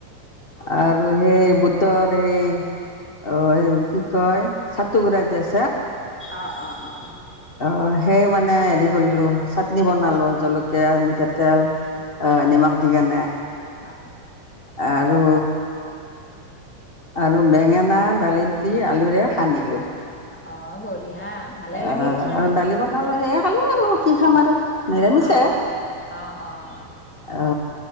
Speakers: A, on the left (about 50°); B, in the centre.
A: আৰু সেই বোটৰ এই অ কি কয় চাটোগুৰা যে আছে
B: অ অ অ
A: অ' সেই মানে হেৰি কৰিলোঁ চাটনি বনালো জলকীয়া মিঠাতেল আ নিমখ দি কেনে
B: আ
A: আৰু আৰু বেঙেনা দালিত দি আলুৰে সানিলো
B: অ বঢ়িয়া ভালে লাগিল
A: আ
B: খাই।
A: আৰু দালি বনালো সেয়াই খালো আৰু কি খাম আৰু নিৰামিষে
B: অ অ অ অ
A: আ